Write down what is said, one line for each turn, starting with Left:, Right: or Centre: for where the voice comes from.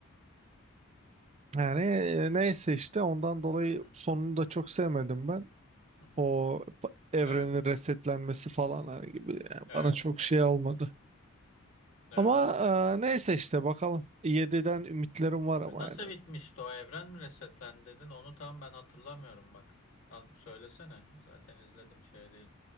Right: yani e, neyse işte ondan dolayı
Left: Hı hı.
Right: sonunu da çok sevmedim ben.
Left: Hı hı.
Right: O pa- evrenin
Left: Evet.
Right: resetlenmesi falan hani gibi yani
Left: Evet.
Right: bana çok şey olmadı.
Left: Evet.
Right: Ama e, neyse işte bakalım. Yediden ümitlerim var ama
Left: Nasıl
Right: yani.
Left: bitmişti o evren mi resetlendi dedin? Onu tam ben hatırlamıyorum bak. Al, söylesene. Zaten izledim şey değil.